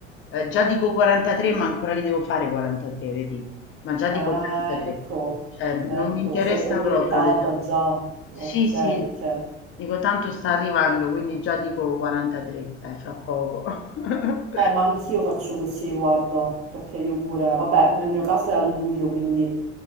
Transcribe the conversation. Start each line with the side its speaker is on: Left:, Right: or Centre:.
Left: Eh, già dico 43, ma ancora li devo fare 43, vedi? Ma già dico
Right: Ah,
Left: 43,
Right: ecco,
Left: cioè non
Right: ecco,
Left: mi interessa
Right: sei proiettata
Left: proprio l'età.
Right: già.
Left: Sì,
Right: Ok,
Left: sì,
Right: ok.
Left: dico tanto sta arrivando, quindi già dico 43, eh, fra poco. <laughs>
Right: Eh, ma anch'io faccio così, guarda, perché io pure, vabbè, nel mio caso è a luglio, quindi